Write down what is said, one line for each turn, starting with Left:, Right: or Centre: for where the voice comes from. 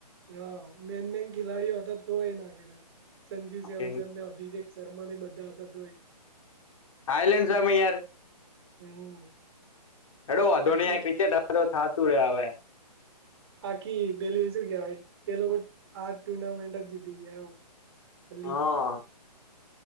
Right: હા મેન મેન ખેલાડીઓ હતા તો એ ના કરે સંજુ સેમસન
Left: એમ
Right: ને અભિજેક. જર્મની બધા હતા તોય.
Left: થાઈલન્ડ સામે યાર.
Right: હમ
Left: હેડ અધોનીં
Right: આખી
Left: ક્રિકેટ તો થતું રે હવે.
Right: આખી પેલી શું કવાય એ લોકો આ ટુર્નામેન્ટ જ જીતી ગયા એમ.
Left: હા
Right: <inaudible>